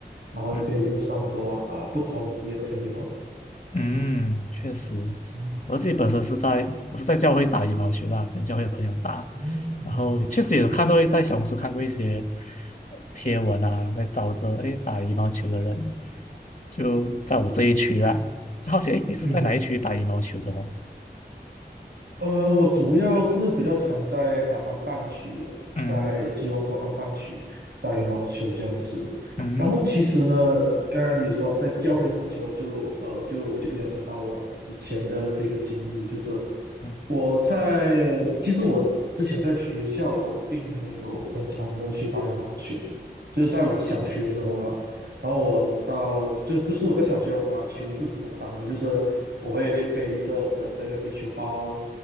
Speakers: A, on the right (about 80°); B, on the left (about 45°).
A: 然后你可以认识到很多啊不同职业的朋友哦。
B: 嗯嗯，确实，
A: 嗯
B: 我自己本身是在我是在教会打羽毛球啦，跟教会的朋友打，
A: 嗯嗯
B: 然后确实也看到在小红书看过一些呃贴文啊，在找着诶打羽毛球的人，就在我这一区啦，就好奇诶你是在哪一区打羽毛球的哦？
A: 嗯，呃，我主要是比较常在啊、呃、安邦区的，
B: 嗯
A: 在吉隆坡安邦区打羽毛球这样子。
B: 嗯
A: 然后其实呢，呃，刚刚你有说在教会打球就，呃就我就联想到我以前的这个经历，就是
B: 嗯
A: 我在其实我之前在学校我并没有很常的去打羽毛球，就是在我小学的时候啦。然后我到就就是我在小学我打球是怎么打的，就是我会背着我的这个羽球包，